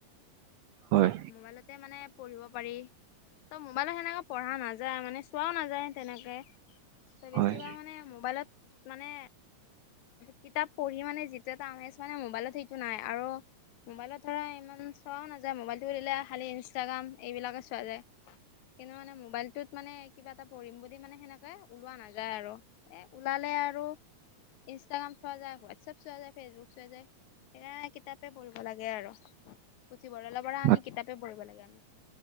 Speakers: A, on the right (about 70°); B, on the left (about 80°).
A: হয়।
B: মোবাইলতে মানে পঢ়িব পাৰি। ত মোবাইলত সেনেকে পঢ়া নাযায় মানে চোৱাও নাযায় তেনেকে। ত বেছিভাগ
A: হয়
B: মানে মোবাইলত মানে। কিতাপ পঢ়ি মানে যিটো এটা আমেজ মানে মোবাইলত সেইটো নাই আৰু। মোবাইলত ধৰা ইমান চোৱাও নাযায়। মোবাইলটো দিলে খালী ইনষ্টাগ্ৰাম এইবিলাকে চোৱা যায়। কিন্তু মানে মোবাইলটোত মানে কিবা এটা পঢ়িম বুলি মানে সেনেকে ওলোৱা নাযায় আৰু। এ ওলালে আৰু ইনষ্টাগ্ৰাম চোৱা যায়। হোৱাটছপ চোৱা যায় ফেচবুক চোৱা যায়। সেইয়াই কিতাপে পঢ়িব লাগে আৰু। পুথিভঁৰালৰ পৰা
A: বাক-
B: আনি কিতাপে পঢ়িব লাগে আমি।